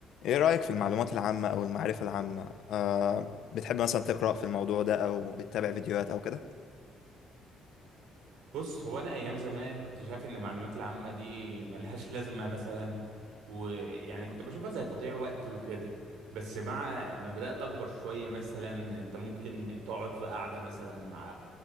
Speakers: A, on the left; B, on the right.
A: ايه رأيك في المعلومات العامة او المعرفة العامة آه بتحب مثلا تقرأ في الموضوع ده او بتتابع فيديوهات او كده
B: بص هو انا ايام زمان كنت شايف ان المعلومات العامه دي ملهاش لازمه مثلا ويعني كنت بشوفها زي تضييع وقت وكده بس مع ما بدات اكبر شويه مثلا انت ممكن تقعد في قعده مثلا مع